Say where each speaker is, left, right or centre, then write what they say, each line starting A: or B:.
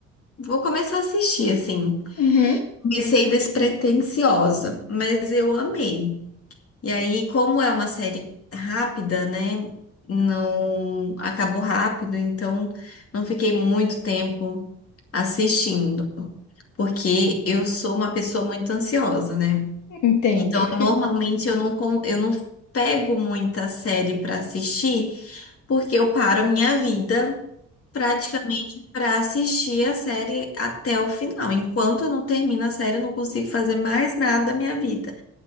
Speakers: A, on the left; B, on the left.
A: vou começar a assistir, assim.
B: uhum,
A: Comecei despretensiosa, mas eu amei. E aí, como é uma série rápida, né? Não acabou rápido, então não fiquei muito tempo assistindo, porque eu sou uma pessoa muito ansiosa, né?
B: entendo.
A: Então,
B: <laughs>
A: normalmente eu não, con- eu não pego muita série para assistir, porque eu paro a minha vida praticamente para assistir a série até o final. Enquanto eu não termino a série, eu não consigo fazer mais nada da minha vida.